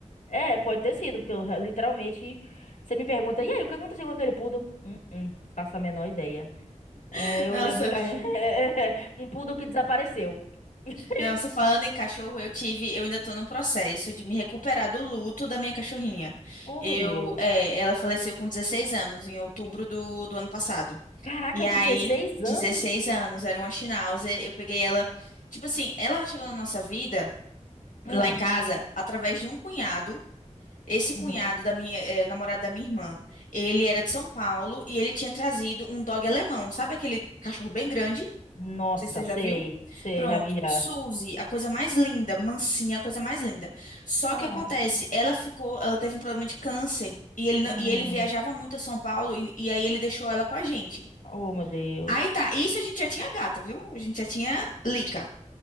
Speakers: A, on the left; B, on the left.
A: É, pode ter sido, porque eu re- literalmente, você me pergunta, e aí, o que aconteceu com aquele poodle? Hum, hum, faço a menor ideia. É,
B: <laughs>
A: eu
B: Nossa.
A: lembro que a gente... <laughs> um poodle que desapareceu. <laughs>
B: Não, você falando em cachorro, eu tive, eu ainda tô no processo de me recuperar do luto da minha cachorrinha.
A: Oh,
B: Eu,
A: meu Deus.
B: é, ela faleceu com 16 anos, em outubro do, do ano passado.
A: Caraca,
B: E
A: dezesseis
B: aí, 16
A: anos?
B: anos, era uma Schnauzer, eu peguei ela, tipo assim, ela chegou na nossa vida, lá
A: Hum.
B: em casa, através de um cunhado. Esse
A: uhum.
B: cunhado da minha, é, namorado da minha irmã, ele era de São Paulo e ele tinha trazido um dog alemão, sabe aquele cachorro bem grande? Não
A: Nossa,
B: sei se você
A: sei,
B: já viu.
A: sei,
B: Pronto,
A: já vi já.
B: Suzy, a coisa mais linda, mansinha, a coisa mais linda. Só
A: Ah,
B: que acontece, ela ficou, ela teve um problema de câncer e ele, não-
A: hum,
B: e ele viajava muito a São Paulo e, e aí ele deixou ela com a gente.
A: oh meu Deus.
B: Aí tá, isso a gente já tinha gata, viu? A gente já tinha Lica.